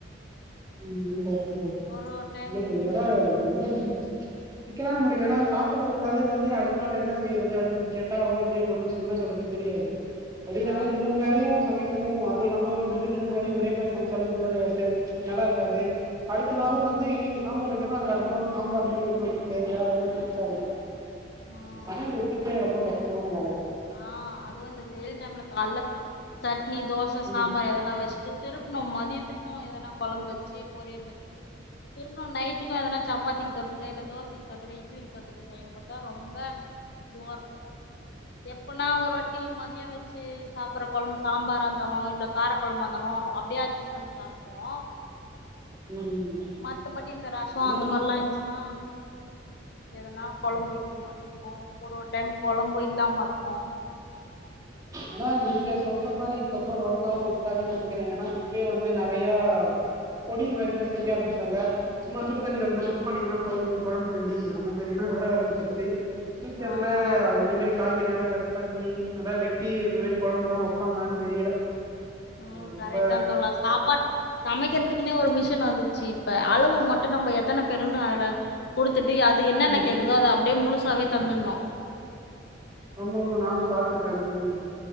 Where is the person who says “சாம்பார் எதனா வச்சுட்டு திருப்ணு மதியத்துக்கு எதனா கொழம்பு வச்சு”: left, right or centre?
Left